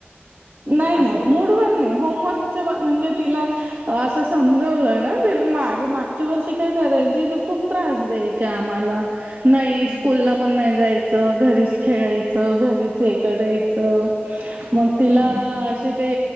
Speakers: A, on the right (about 60°); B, on the right (about 85°).
A: नाही-नाही
B: असं
A: मूडवर नाही. होमवर्कच म्हणजे तिला असं समजावलं ना मागे मागच्या वर्षी काय करायची ती खूप त्रास द्यायची. आम्हाला नाही
B: हम्म
A: स्कूल ला पण नाही जायच घरीच खेळायचं घरीच हे करायचं मग तिला
B: हम्म
A: अ ते